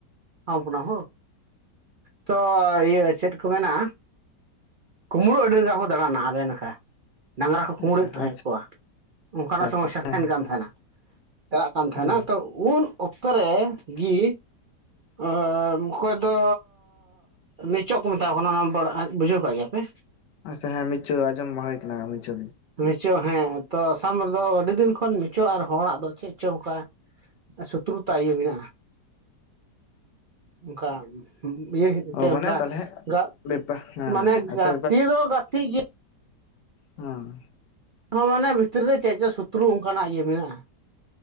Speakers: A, on the right (about 85°); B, on the left (about 85°).
A: ᱚᱱᱟ ᱦᱳ ᱛᱚ ᱤᱭᱟᱹ ᱪᱮᱫ ᱠᱚ ᱢᱮᱱᱟ ᱠᱩᱢᱲᱩ ᱟᱹᱰᱤ ᱨᱟᱸᱠᱟ ᱠᱚᱸ ᱫᱟᱬᱟᱱᱟ ᱟᱞᱮ ᱱᱟᱠᱷᱟ ᱰᱟᱝᱨᱟ ᱠᱚ ᱠᱩᱢᱲᱩᱭᱮᱫ
B: ᱟᱪᱪᱷᱟ
A: ᱛᱟᱦᱮᱸ
B: ᱟᱪᱪᱷᱟ
A: ᱠᱚᱣᱟ ᱚᱱᱠᱟᱱᱟᱜ ᱥᱚᱢᱚᱥᱥᱟ
B: ᱟᱪᱪᱷᱟ ᱦᱮᱸ
A: ᱛᱟᱦᱮᱱ
B: ᱦᱮᱸ
A: ᱠᱟᱱ ᱛᱟᱦᱮᱱᱟ ᱪᱟᱞᱟᱜ ᱠᱟᱱ
B: ᱦᱩᱸ
A: ᱛᱟᱦᱮᱱᱟ ᱛᱚ ᱩᱱ ᱚᱠᱛᱚ ᱨᱮ ᱜᱤ
B: <unintelligible>
A: ᱟᱨ ᱚᱠᱚᱭ ᱫᱚ ᱱᱤᱪᱚᱜ ᱠᱚ ᱢᱮᱛᱟ ᱟᱠᱚ ᱠᱟᱱᱟ ᱟᱱ ᱯᱟᱲ ᱵᱩᱡᱷᱟᱹᱣ ᱠᱟᱜ ᱜᱮᱭᱟᱯᱮ
B: ᱟᱪᱪᱷᱟ ᱦᱮᱸ ᱢᱤᱪᱚ ᱟᱸᱡᱚᱢ ᱢᱟ ᱦᱩᱭ ᱠᱟᱱᱟ ᱢᱤᱪᱚ᱾
A: ᱢᱤᱪᱚ ᱦᱮᱸ ᱛᱚ ᱟᱥᱟᱢ ᱨᱮᱫᱚ ᱟᱹᱰᱤ ᱫᱤᱱ ᱠᱷᱚᱱ ᱢᱤᱪᱚ ᱟᱨ ᱦᱚᱲᱟᱜ ᱫᱚ ᱪᱮᱫ ᱪᱚ ᱚᱱᱠᱟ ᱥᱩᱛᱨᱩ ᱛᱟ ᱤᱭᱟᱹ ᱢᱮᱱᱟᱜ-ᱟ ᱚᱱᱠᱟ ᱤᱭᱟᱹ ᱠᱷᱟ. ᱛᱤ
B: ᱚ
A: ᱛᱮ
B: ᱢᱟᱱᱮ
A: ᱚᱱᱠᱟ
B: ᱛᱟᱦᱚᱞᱮ
A: ᱜᱟ
B: ᱵᱮᱯᱟ ᱦᱮᱸ
A: ᱢᱟᱱᱮ
B: ᱟᱪᱪᱷᱟ
A: ᱜᱟᱛᱮ ᱫᱚ ᱜᱟᱛᱮ ᱜᱮ
B: ᱚᱸ
A: ᱦᱚᱸ ᱢᱟᱱᱮ ᱵᱷᱤᱛᱤᱨ ᱨᱮ ᱪᱮᱫ ᱪᱚ ᱥᱚᱛᱨᱩ ᱚᱱᱠᱟᱱᱟᱜ ᱤᱭᱟᱹ ᱢᱮᱱᱟᱜ-ᱟ